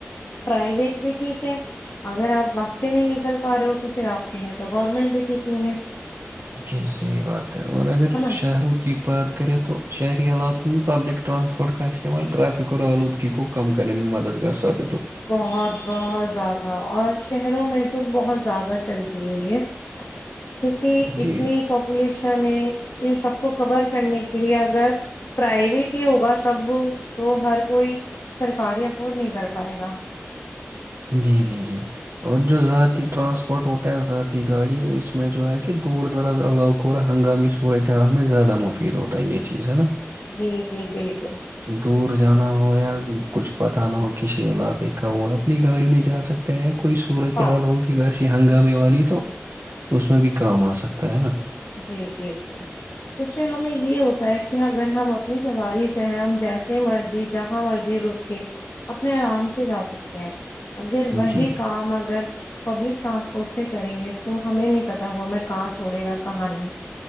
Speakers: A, on the left (about 70°); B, on the right (about 75°).
A: پرائیویٹ بھی ٹھیک ہے اگر آپ وقت سے نہیں نکل پا رہے ہو تو پھر آپ کے لیے تو گورنمنٹ بھی ٹھیک نہیں ہے
B: جی صحیح بات ہے اور اگر
A: ہے نا
B: شہروں کی بات کریں تو شہری علاقوں م میں پبلک رانسپٹ کا استعمال ریفک اور آلودگی کو کم کرنے میں مد گار سبق
A: بہت بہت زیادہ اور شہروں میں تو بہت زیادہ چلتا ج کیونکی
B: جی
A: اتنی پاپولیشن ان سب کو کور کرنے کے لیے اگر پرائیویٹ ہی ہوگا سب تو ہر کوئی سرکاری افورڈ نہیں کر پائے گا
B: جی جی جی اور جو ذاتی ٹرانسپورٹ ہوتا ہے ذاتی گاڑی اس میں جو ہے کہ دور دراز علاقوں اور ہنگامی صورت حال میں زیادہ مفید ہوتا ہے یہ چیز ہے نا
A: جی جی بالکل
B: دور جانا ہو یا کچھ پت نہ ہو کسی علاقے کا ہوا اپنی گاڑی میں جا سکتا ہے کوئی صورت
A: ہاں
B: حال ہوگی ویش کہ ہنگامے والی تو اس میں بھی کام آ سکتا ہے نا
A: جی جی جی اس سے ہمیں یہ ہوتا ہے کہ اگر ہم اپنی سواری سے ہیں ہم جیسے مرضی جہاں مرضی رک کے اپنے آرام سے جا سکتے ہیں اگر وہی
B: جی
A: کام اگر پبلک ٹرانسپورٹ سے کریں گے تو ہمیں پتا وہ ہمیں کہاں چھڑے گا کہانی